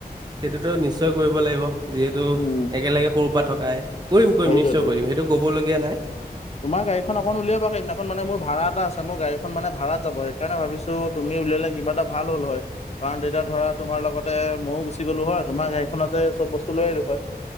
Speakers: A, on the right; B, on the left.
A: সেইটোতো নিশ্চয় কৰিব লাগিব, যিহেতু
B: উম
A: একেলগে সৰু পৰা থকাই কৰিম কৰিম
B: সেইটোৱেতো
A: নিশ্চয় কৰিম। সেইটো ক'বলগীয়া নাই।
B: তোমাৰ গাড়ী খন অকণ উলিয়াবা, সেইদিনাখন মানে মোৰ ভাড়া এটা আছে মোৰ গাড়ী মান ভাড়াত যাব সেই সেইকাৰণে ভাবিছোঁ তুমি উলিয়ালে কিবা এটা ভাল হ'ল হয়, কাৰণ তেতিয়া ধৰা তোমাৰ লগতে ময়ো গুচি গ'লো হয় তোমাৰ গাড়ীখনতে চব বস্তু লৈ আহিলো হয়।